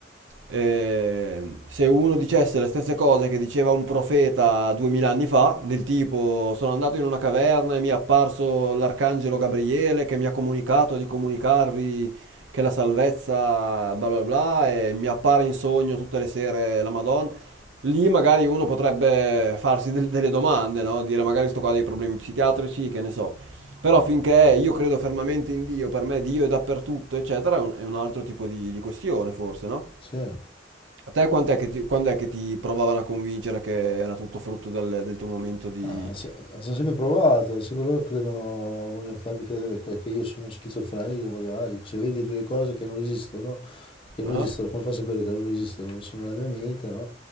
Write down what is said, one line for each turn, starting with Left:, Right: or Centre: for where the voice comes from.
Right: eh, se uno dicesse le stesse cose che diceva un profeta duemila anni fa, del tipo sono andato in una caverna e mi è apparso l'arcangelo Gabriele che mi ha comunicato di comunicarvi che la salvezza bla bla bla e mi appare in sogno tutte le sere la Madonna, lì magari uno potrebbe farsi del- delle domande, no? Dire magari sto qua ha dei problemi psichiatrici, che ne so. Però finché io credo fermamente in Dio, per me Dio è dappertutto, eccetera, è un, è un altro tipo di, di questione, forse, no?
Left: Sì.
Right: A te quant'è che ti, quando è che ti provavano a convincere che era tutto frutto del, del tuo momento di...
Left: Ah, se- hanno sempre provato, sempre loro credono, vogliono farmi credere que- che io sono schizofrenico magari, se vedi delle cose che non esistono, che non
Right: Ah.
Left: esistono, come fa a sapere che non esistono? Sono nella mia mente, no?